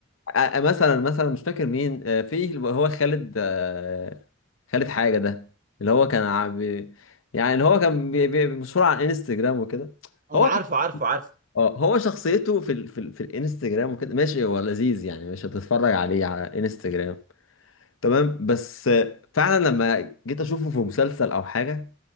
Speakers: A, on the left (about 85°); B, on the right (about 45°).
A: آه، مثلا مثلا مش فاكر مين آه، في اللي هو خالد آه، خالد حاجة ده اللي هو كان عب... يعني اللي هو كان بي... بي... مشهور على انستجرام وكده
B: اه
A: هو
B: عارفه عارفه عارفه
A: اه هو شخصيته في ال... في, ال... في الانستجرام وكده ماشي هو لذيذ يعني مش هتتفرج عليه على انستجرام تمام بس آه، فعلا لما جيت اشوفه في مسلسل او حاجة